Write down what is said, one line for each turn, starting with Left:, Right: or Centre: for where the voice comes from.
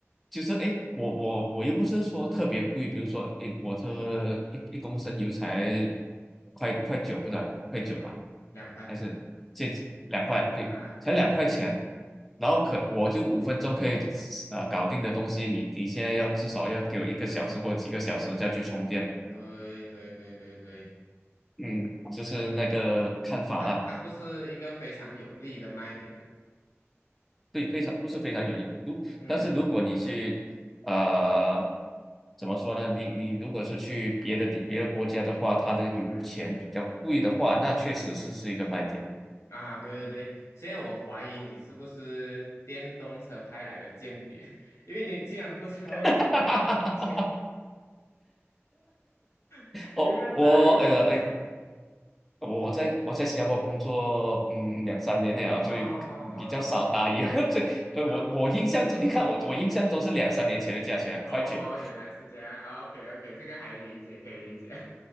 Centre: 就是哎，诶我我我又不是说特别贵，比如说一我这一一公升油才快快九不对，快九吧，
Left: 嗯，两块，
Centre: 还是这两块，对，
Left: 啊，
Centre: 才两块钱，然后可我就五分钟可以呃搞定的东西，你你现在要至少要给我一个小时或者几个小时再去充电，
Left: 对对对对对，
Centre: 嗯，就是那个看法啦。
Left: 那个它它不是一个非常有利的卖点啊，
Centre: 对，非常都是非常有利。如但是如果你去，
Left: 嗯
Centre: 呃，怎么说呢？你你如果是去别的地别的国家的话，它的油钱比较贵的话，
Left: 嗯
Centre: 那确实是是一个卖点。
Left: 嗯。啊，对对对，现在我怀疑你是不是电动车派来的间谍，<laughs> 因为你竟然不知道油钱多少钱，
Centre: <laughs>
Left: <laughs>
Centre: 哦，
Left: 你们要打油了吗？
Centre: 我呃哎，我我在我在新加坡工作，嗯，两三年了，
Left: <laughs>
Centre: 所以比较少打油。
Left: 哦哦哦哦
Centre: <laughs> 这呃，
Left: ，no，
Centre: 我我印象中，你看我我印象中是两三年前的价钱，快九，
Left: 哦哦，原来是这样，OK OK，这个还理解，可以理解。<laughs>